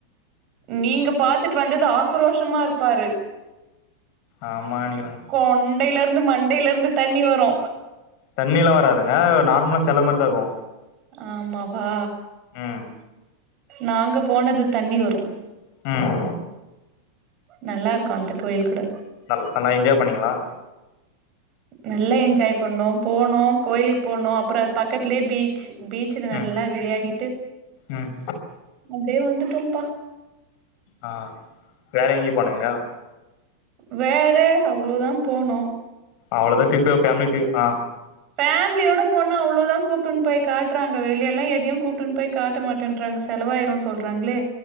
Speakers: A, on the right; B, on the left.
A: நீங்க பாத்துட்டு வந்தது ஆக்ரோஷமா இருப்பாரு
B: ஆமானிங்கன
A: கொண்டையில இருந்து மண்டையில இருந்து தண்ணி வரு
B: தண்ணிலா வராதுங்க அது ஒரு நார்மலா செல மாரி தா இருக்கு
A: ஆமா வா
B: ம்
A: நாங்க போனது தண்ணி வரு
B: ம்
A: நல்லாருக்கு அந்தக் கோயில் கூட
B: நல் நல்லா என்ஜாய் பண்ணீங்களா
A: நல்லா என்ஜாய் பண்ணோ போனோ கோயிலுக் போனோ அப்புற பக்கத்துலே பீச் பீச்ல நல்லா
B: ம்
A: விளையாடிட்டு
B: ம்
A: அப்டியே வந்துட்டோம்பா
B: ஆ வேற எங்கியு போனிங்க
A: வேற அவ்ளோதா போனோ
B: அவ்ளோதா டிரிப்பு ஃபேமிலி டீம் ஆ
A: ஃபேமிலியோட போன்னா அவ்ளோதா கூப்ட்டுன் போய் காட்ற்றாங்க வெளியலா எதையும கூப்ட்டுன் போய் காட்ட மாட்டேன்றாங்க செலவாயிரு சொல்றாங்களே